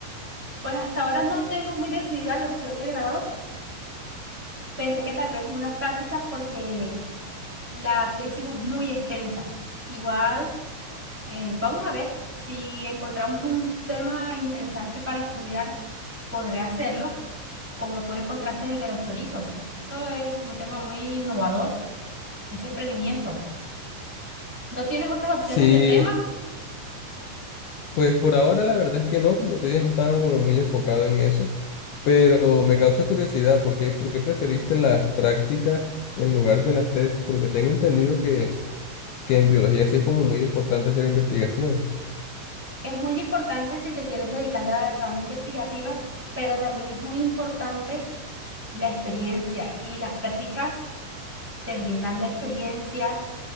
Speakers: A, in the centre; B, on the left.
A: Pues hasta ahora no tengo muy decidida la opción de grado. Pensé que tal vez unas prácticas porque la tesis es muy extensa. Igual, eh, vamos a ver si encontramos un tema interesante para estudiar, podré hacerlo, como tú encontraste el de los chorizos. Eso es un tema muy innovador, ese emprendimiento. ¿No tienes otras opciones
B: Sí,
A: de temas?
B: Pues por ahora la verdad es que no, como te dije, no estaba como muy enfocado en eso, pero me causa curiosidad, ¿por qué, por qué preferiste las prácticas en lugar de las tesis? Porque tengo entendido que, que en biología sí es como muy importante hacer investigación.
A: Es muy importante si te quieres dedicar a la rama investigativa, pero también es muy importante la experiencia y las prácticas te brindan la experiencia,